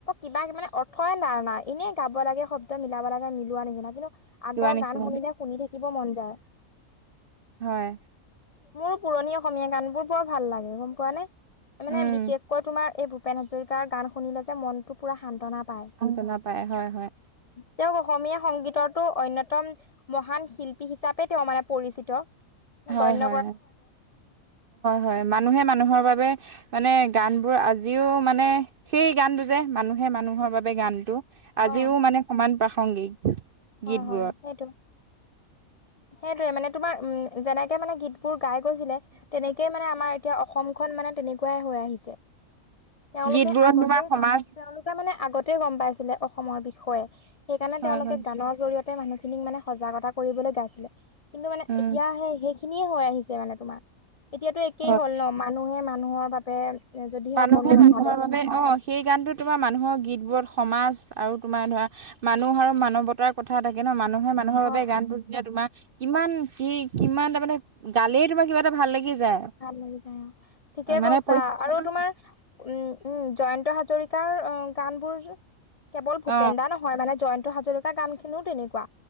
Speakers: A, on the left (about 70°); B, on the right (about 60°).
A: কিবা মানে অৰ্থ নাই, নাই, নাই, এনে গাব লাগে, শব্দ মিলাব লাগে, মিলোৱাৰ নিচিনা কিন্তু আগৰ
B: লোৱা নিচিনা
A: গান শুনিলে শুনি থাকিব মন যায়।
B: হয়
A: মোৰ পুৰণি অসমীয়া গান বোৰ বৰ ভাল লাগে গম পোৱা নে, মানে
B: উম
A: বিশেষকৈ তোমাৰ এই ভূপেন হাজৰিকাৰ গান শুনিলে যে মনটো পুৰা শান্তনা পাই,
B: গম নাপায় হয় হয়
A: তেওঁ অসমীয়া সংগীতৰটো অন্যতম মহান শিল্পী হিচাপে তেওঁ মানে পৰিচিত,
B: হয়
A: গণ
B: হয়, হয়, মানুহে মানুহৰ বাবে মানে গানবোৰ আজিও মানে, সেই গানটো যে মানুহে মানুহৰ বাবে গানটো আজিও
A: অ
B: মানে সমান প্ৰাসংগিক।
A: হয়,
B: গীতবোৰত
A: হয়, সেইটো, সেইটোয়ে মানে তোমাৰ উ, যেনেকে মানে গীত বোৰ গাই গৈছিলে, তেনেকেই মানে আমাৰ এতিয়া অসমখন মানে তেনেকুৱাই হৈ আহিছে। তেওঁলোকে
B: গীতবোৰত
A: আগতে,
B: তোমাৰ সমাজ
A: ক তেওঁলোকে মানে আগতে গম পাইছিলে অসমৰ বিষয়ে, সেইকাৰণে
B: হয়
A: তেওঁলোকে
B: হয়
A: জৰিয়তে মানুহ খিনিক মানে সজাগতা কৰিবলৈ গাইছিলে, কিন্তু মানে
B: উম
A: এতিয়া সে সেই খিনিয়ে হৈ আহিছে মানে তোমাৰ, এতিয়াতো একেই
B: হয়
A: হ'ল ন', মানুহে মানুহৰ বাবে যদিহে
B: মানুহে
A: অকণো নাভাবে
B: মানুহৰ বাবে, অ' সেই গানটো তোমাৰ মানুহৰ গীতবোৰত সমাজ আৰু তোমাৰ ধৰা মানুহ আৰু মানৱতাৰ কথা থাকে ন' মানুহ মানুহে মানুহৰ
A: হয়
B: বাবে গানবোৰ যেতিয়া তোমাৰ কিমান কি কিমান তাৰমানে গালেই তোমাৰ কিবা এটা ভাল লাগি যায়
A: ভাল লাগি যায়, অ', ঠিকে
B: মানে
A: কৈছা
B: পৰীক্ষাটো
A: আৰু তুম তোমাৰ উম, উম, জয়ন্ত হাজৰিকাৰ গান বোৰ কেৱল ভূপেনদা
B: অ
A: নহয় মানে জয়ন্ত হাজৰিকা গান খিনিও তেনেকুৱা,